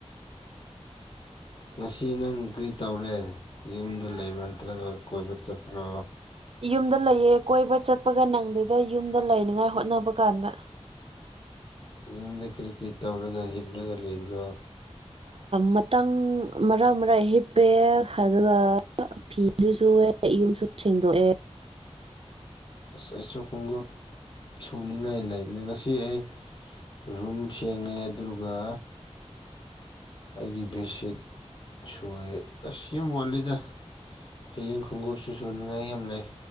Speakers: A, on the left (about 45°); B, on the right (about 55°).
A: ꯉꯁꯤ ꯅꯪ ꯀ꯭ꯔꯤ ꯇꯧꯔꯦ ꯌꯨꯝꯗ ꯂꯩꯕ꯭ꯔꯥ ꯅꯠꯇ꯭ꯔꯒ ꯀꯣꯏꯕ ꯆꯠꯄ꯭ꯔꯥ
B: ꯌꯨꯝꯗ ꯂꯩꯌꯦ ꯀꯣꯏꯕ ꯆꯠꯄꯒ ꯅꯪꯗꯦꯗ ꯌꯨꯝꯗ ꯂꯩꯅꯤꯉꯥꯏ ꯍꯣꯠꯅꯕ ꯀꯥꯟꯗ
A: ꯌꯨꯝꯗ ꯀꯔꯤ ꯀꯔꯤ ꯇꯧꯔꯒ ꯍꯤꯞꯂꯒ ꯂꯩꯕ꯭ꯔꯣ
B: ꯃꯇꯥꯡ ꯃꯔꯥꯡ ꯃꯔꯥꯡ ꯍꯤꯞꯄꯦꯛ ꯑꯗꯨꯒ ꯐꯤꯁꯨ ꯁꯨꯑꯦ ꯌꯨꯝꯁꯨ ꯁꯦꯡꯗꯣꯛꯑꯦ
A: ꯑꯁ ꯑꯩꯁꯨ ꯈꯨꯡꯎꯞ ꯁꯨꯅꯤꯡꯉꯥꯏ ꯂꯩꯕꯅꯤ ꯉꯁꯤ ꯑꯩ ꯔꯨꯝ ꯁꯦꯡꯉꯦ ꯑꯗꯨꯒ ꯑꯩꯒꯤ ꯕꯦꯠꯁꯤꯠ ꯁꯣꯏꯦ ꯑꯁꯤ ꯌꯥꯝ ꯋꯥꯜꯂꯤꯗ ꯍꯌꯦꯡ ꯈꯣꯡꯎꯞꯁꯨ ꯁꯨꯅꯤꯡꯉꯥꯏ ꯌꯥꯝ ꯂꯩ